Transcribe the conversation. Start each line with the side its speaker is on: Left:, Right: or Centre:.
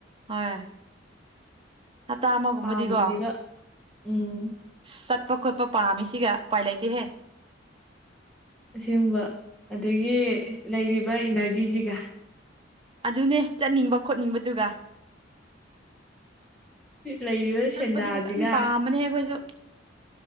Right: ꯍꯣꯏ ꯍꯞꯇꯥ ꯑꯃꯒꯨꯝꯕꯗꯤꯀꯣ
Centre: ꯄꯥꯝꯃꯤꯁꯤꯒ ꯎꯝ
Right: ꯆꯠꯄ ꯈꯣꯠꯄ ꯄꯥꯝꯃꯤꯁꯤꯒ ꯎꯄꯥꯏ ꯂꯩꯇꯦꯍꯦ
Centre: ꯑꯁꯤꯒꯨꯝꯕ ꯑꯗꯒꯤ ꯂꯩꯔꯤꯕ ꯏꯅꯔꯖꯤꯁꯤꯒ
Right: ꯑꯗꯨꯅꯦ ꯆꯠꯅꯤꯡꯕ ꯈꯣꯠꯅꯤꯡꯕꯗꯨꯒ
Centre: ꯂꯩꯔꯤꯕ
Right: ꯆꯠꯄꯗꯤ
Centre: ꯁꯦꯟꯗꯥꯁꯤꯒ
Right: ꯐꯖꯅ ꯄꯥꯝꯕꯅꯦ ꯑꯩꯈꯣꯏꯁꯨ